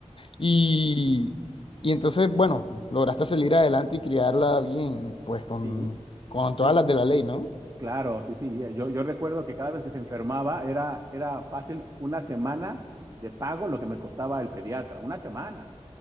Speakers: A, on the left (about 50°); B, on the right (about 25°).
A: Y, y entonces, bueno, lograste salir adelante y criarla bien, pues con,
B: sí.
A: con
B: Yo,
A: todas las de la ley, ¿no?
B: claro, sí, sí. eh, Yo, yo recuerdo que cada vez que se enfermaba era, era fácil una semana de pago lo que me costaba el pediatra, una semana.